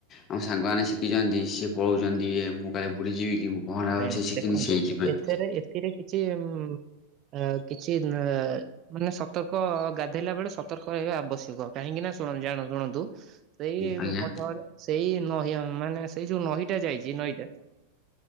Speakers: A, on the left; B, on the right.
A: ଆମ ସାଙ୍ଗମାନେ ଶିଖିଛନ୍ତି ସିଏ ପଳଉଛନ୍ତି ଇଏ ମୁଁ କାଳେ ବୁଡ଼ିଯିବି କି ମୁଁ। ପହଁରା
B: ନାଇଁ
A: ଭଲସେ
B: ନାଇଁ
A: ଶିଖିନି
B: ଦେଖନ୍ତୁ
A: ସେଇଥିପାଇଁ।
B: ଏଥିରେ ଏଥିରେ କିଛି ଉଁ ଆ କିଛି ନା ମାନେ ସତର୍କ ଗାଧେଇଲା ବେଳେ ସତର୍କ ରହିବା ଆବଶ୍ୟକ କାହିଁକି ନା ଶୁଣନ୍ତୁ ଜାଣ ଶୁଣନ୍ତୁ ସେଇ
A: ଆଜ୍ଞା
B: ପଠରେ ସେଇ ନହୀ ମାନେ ସେଇ ଯୋଉ ନହୀଟା ଯାଇଛି ନଈଟା